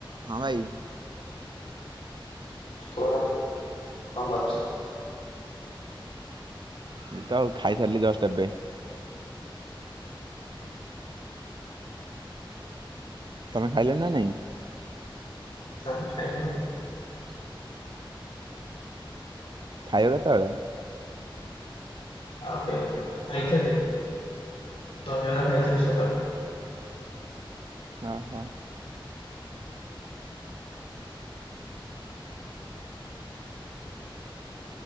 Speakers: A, on the right; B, on the left.
A: ହଁ ଭାଇ।
B: କଣ କଣ କରୁଚ?
A: ଏଇତ ଆଉ ଖାଇ ସାରିଲି ଜଷ୍ଟ ଏବେ। <unintelligible> ତମେ ଖାଇଲଣି ନା ନାଇଁ?
B: ନାଇଁ ଖାଇବା ଆଉ।
A: <unintelligible> ଖାଇବ କେତେବେଳେ?
B: ଆଉ ଟିକେ ଗଲେ ଖାଇଥେଲି ତ। ବା ଖାଇଥିଲୁ ସକାଳେ।
A: ହଁ ହଁ।